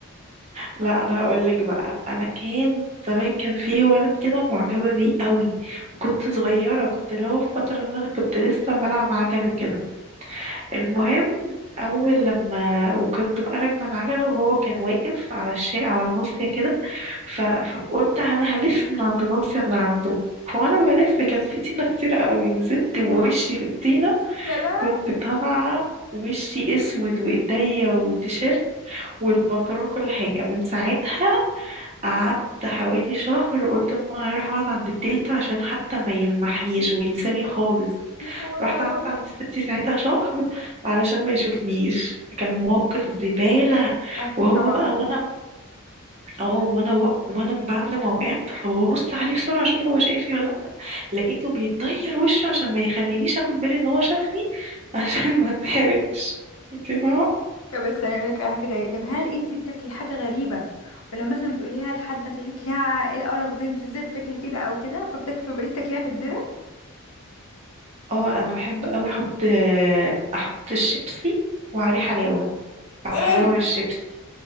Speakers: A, on the right; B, on the left.
A: لا انا هقول لك بقى انا كان زمان كان في ولد كده معجبه بيه قوي وكنت صغيره كنت اللي هو في فتره ان انا كنت لسه بلعب عجل وكده المهم اول لما وكنت بقى راكبه العجله وهو كان واقف على الشيء على الناصيه كده ف... فقلت انا هلف من عند الناصيه اللي عنده فانا بلف كان في طينه كتير قوي نزلت بوشي في الطينه
B: يا لا
A: كنت طالعه وشي اسود وايديا وتيشيرت والبنطلون كل حاجة من ساعتها قعدت حوالي شهر قلت لماما هروح اقعد عند التلت عشان حتى ما يلمحنيش وينساني خالص
B: يا قوي
A: رحت
B: يا لهوي
A: قعدت عند ستي ساعتها شهر علشان ما يشوفنيش كان موقف زبالة
B: اكيد
A: وهو
B: طبعا
A: بقى وانا اه وانا بقى وانا بعد ما وقعت فببص عليه بسرعة اشوف هو شايفني ولا لأ لقيته بيتغير وشه عشان ما يخلينيش اخد بالي ان هو شافني <laughs> عشان ما اتحرجش انت فاهمة
B: طب بس انا لك حاجه تانية طب هل انت بتاكلي حاجه غريبه ولما مثلا بتقوليها لحد يسألك يا ايه القرف ده انت ازاي بتاكلي كده او كده فبتكفي بقيتي تاكليها في الدرة
A: اه انا بحب اوي احط احط الشيبسي وعليه حلاوه او
B: ايه
A: حلاوه بالشيبسي